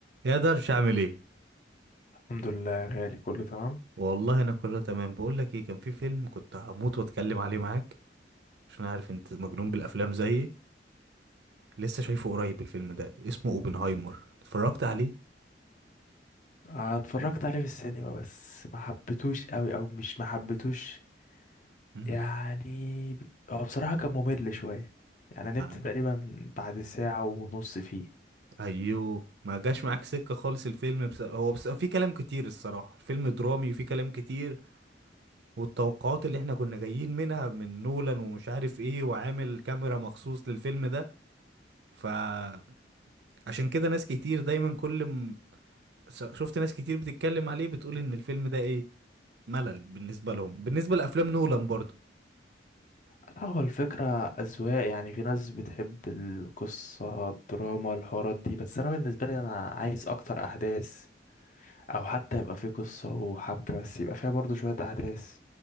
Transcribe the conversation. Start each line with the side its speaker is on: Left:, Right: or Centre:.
Right: يا درش عامل ايه
Left: الحمد لله غالي كله تمام
Right: والله انا كله تمام بقول لك ايه كان في فيلم كنت هموت واتكلم عليه معاك عشان عارف انت مجنون بالافلام زيي لسه شايفه قريب الفيلم ده اسمه اوبنهايمر اتفرجت عليه
Left: آه، اتفرجت عليه في السينما بس ما حبيتوش قوي او مش ما حبيتوش
Right: مم.
Left: يعني هو بصراحة كان ممل شوية يعني نمت
Right: عن-
Left: تقريبا بعد ساعة ونص فيه
Right: ايوه ما جاش معاك سكة خالص الفيلم بس هو بس في كلام كتير الصراحة الفيلم درامي وفي كلام كتير والتوقعات اللي احنا كنا جايين منها من نولان ومش عارف ايه وعامل كاميرا مخصوص للفيلم ده فعشان كده ناس كتير دايما كل س- شفت ناس كتير بتتكلم عليه بتقول ان الفيلم ده ايه ملل بالنسبه لهم بالنسبه لافلام نولان برضو
Left: لا هو الفكرة أذواق يعني في ناس بتحب القصة الدراما الحوارات دي بس أنا بالنسبة لي أنا عايز أكتر أحداث أو حتى يبقى في قصة وحبكة بس يبقى فيها برضو شوية أحداث